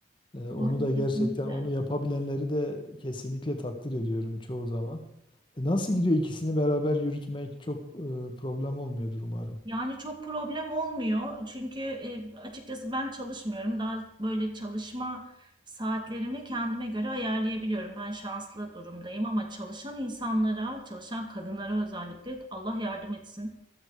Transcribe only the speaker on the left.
E, onu
da
gerçekten onu yapabilenleri de kesinlikle takdir ediyorum çoğu zaman. E, nasıl gidiyor ikisini beraber yürütmek çok e, problem olmuyordur umarım.